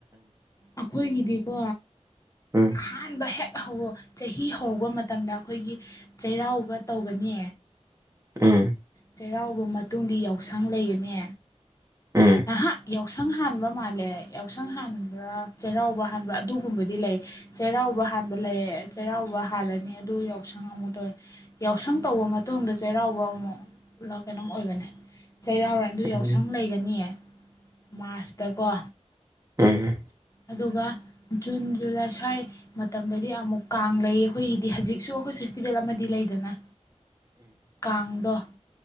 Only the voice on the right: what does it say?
ꯎꯝ
ꯑꯝ
ꯎꯝ
ꯎꯝ
ꯎꯝ